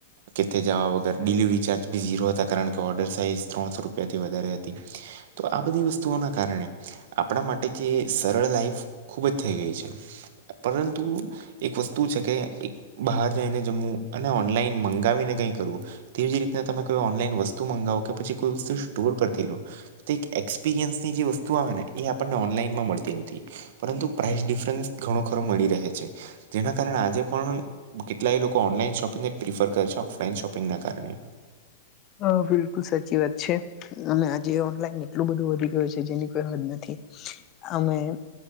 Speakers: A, on the right; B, on the left.
A: કેથે જવા વગર ડિલિવરી ચાર્જ બી ઝીરો હતા. કારણ કે ઓર્ડર સાઈઝ ત્રણસો રૂપિયાથી વધારે તો આ બધી વસ્તુઓના કારણે આપણા માટે જે સરળ લાઈફ ખુબ જ થઈ ગઈ છે. પરંતુ એક વસ્તુ છે કે બહાર જઈને જમવું અને ઓનલાઈન મંગાવીને કઈ કરવું. તેવી રીતના તમે કોઈ ઓનલાઈન વસ્તુ મંગાવો કે પછી કોઈ વસ્તુ સ્ટોર પરતી લો. તે એક્સપિરિયન્સની જે વસ્તુ આવેને, એ આપણને ઓનલાઈનમાં મળતી નથી. પરંતુ પ્રાઇસ ડિફરન્સ ઘણો ખરો મળી રહે છે. જેના કારણે આજે પણ કેટલાય લોકો ઓનલાઈન શોપિંગ જ પ્રિફર કરે છે. ઓફલાઈન શોપિંગના કારણે
B: હ, બિલકુલ સાચી વાત છે. અને આજે ઓનલાઈન એટલું બધું વધી ગયું છે, જેની કોઈ હદ નથી. અમે